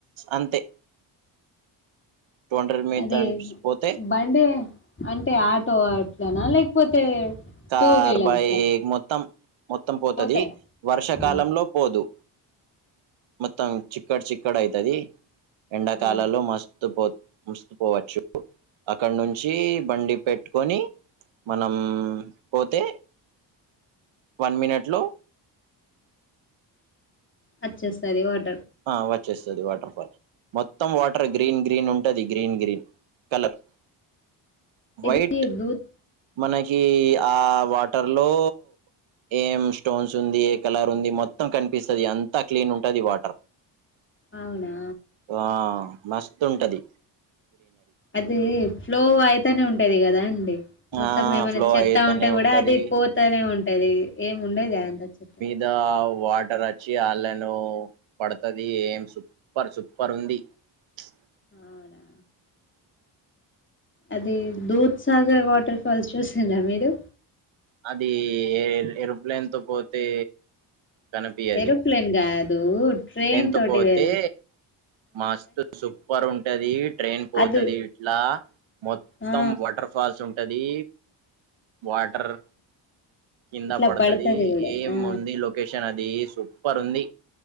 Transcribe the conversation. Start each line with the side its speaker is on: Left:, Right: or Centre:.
Right: అంతే టూ హండ్రెడ్ మీటర్స్
Left: అదే
Right: పోతే
Left: బండే అన్ ఆటో అట్లనా లేకపోతే
Right: కార్
Left: టూ వీలర్సా
Right: బైక్ మొత్తం మొత్తం పోతది
Left: పోతాయా
Right: వర్షాకాలంలో
Left: ఆ.
Right: పోదు మొత్తం చిక్కటి చిక్కడి అయితది ఎండాకాలలో
Left: ఆహా.
Right: మస్తు పోత్ మస్తు పోవచ్చు అక్కడ నుంచి బండి పెట్టుకొని మనం పోతే వన్ మినిట్లో
Left: వచ్చేస్తారివాడ్
Right: ఆ వచ్చేస్తది వాట్ మొత్తం వాటరే గ్రీన్ గ్రీన్ ఉంటది గ్రీన్ గ్రీన్ కలర్ వైట్
Left: ఎది దూత్
Right: మనకి ఆ వాటర్ లో ఏం స్టోన్స్ ఉంది ఏ కలర్ ఉంది మొత్తం కనిపిస్తది అంతా క్లీన్ ఉంటది వాటర్
Left: అవునా
Right: ఆ మస్తుంటది
Left: అది ఫ్లో అయితానే ఉంటది కదా అండి మొత్తం
Right: ఆ
Left: ఏమైనా
Right: ఫ్లో
Left: చెత్త
Right: అయితనే
Left: ఉంటే కూడా
Right: ఉంటది
Left: అది పోతనే ఉంటది ఏముండదు గా అంత చెత్త
Right: దావ్ వాటర్ వచ్చి ఆళ్ళను పడతది ఏం సుప్పర్ సూప్పర్ ఉంది <inaudible>
Left: అవునా అది దూద్సాగర్ వాటర్ ఫాల్స్ చూసిన్రా మీరు
Right: అది ఏ ఏరోప్లేన్ తో పోతే కనిపియది
Left: ఏరోప్లేన్ కాదు ట్రైన్
Right: తో
Left: తోటి
Right: పోతే
Left: వెల్
Right: మస్తు సూపర్ ఉంటది ట్రైన్ పోతది
Left: అది
Right: ఇట్లా మొత్తం
Left: ఆ
Right: వాటర్ ఫాల్స్ ఉంటది వాటర్ కింద
Left: ఇట్లా
Right: పడుతది
Left: పడతది కూడా
Right: ఏం
Left: ఆ
Right: ఉంది లొకేషన్ అది సుప్పర్ ఉంది